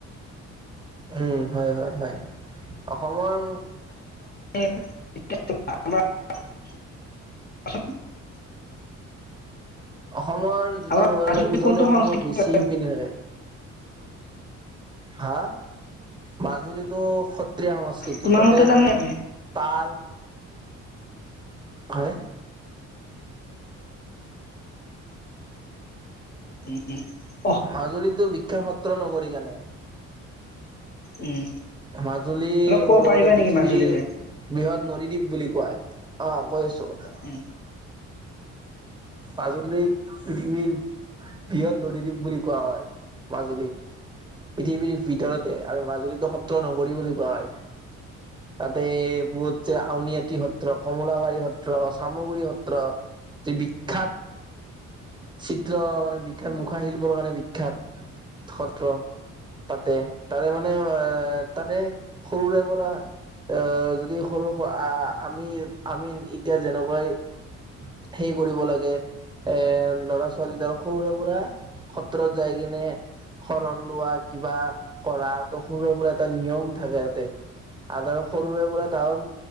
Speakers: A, on the right; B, on the left.
A: উম হয় হয় হয়, অসমৰ
B: <unintelligible>
A: অসমৰ যদি
B: আমাৰ
A: কবলৈ গ'লে
B: মাজুলী
A: উজনি
B: কোনটো
A: অসমৰ
B: সংস্কৃতি
A: বেছি শিপিনী থাকে। হা মাজুলীটো সত্ৰীয়া সংস্কৃতি
B: তোমাৰ
A: তাতে,
B: মতে তাৰমানে
A: তাল হয়
B: উম উম।
A: মাজুলীটো বিখ্যাত সত্ৰ নগৰী জানে,
B: উম
A: মাজুলী
B: অলপ ক'ব
A: ক'বলে
B: পাৰিবা
A: গ'লে পৃথিৱীৰ
B: নেকি মাজুলীৰ বিষয়ে?
A: বৃহৎ নদী দ্বীপ বুলি কোৱা হয়। কৈছোঁ।
B: উম
A: মাজুলী পৃথিৱীৰ বৃহৎ নদী দ্বীপ। বুলি কোৱা হয়। মাজুলীক পৃথিৱীৰ ভিতৰতে আৰু মাজুলীতো সত্ৰ নগৰী বুলি কোৱা হয়। তাতে, <unintelligible> আউনীআটী সত্ৰ, কমলাবাৰী সত্ৰ, চামগুৰি সত্ৰ, যি বিখ্যাত চিত্ৰ মানে, বিখ্যাত মুখাশিল্প কাৰণে বিখ্যাত সত্ৰ পাতে। তাৰে মানে, এ' তাৰে সৰুৰে পৰা এ, যদি সৰু আমি আমি এতিয়া যেনেকুৱাই সেই কৰিব লাগে, এ! ল'ৰা ছোৱালী তাৰ সৰুৰে পৰা সত্ৰত যায় কেনে শৰণ লোৱা কিবা কৰাটো সৰুৰে পৰা এটা নিয়ম থাকে তাতে। আনাৰস সৰুৰে পৰা কাৰণ,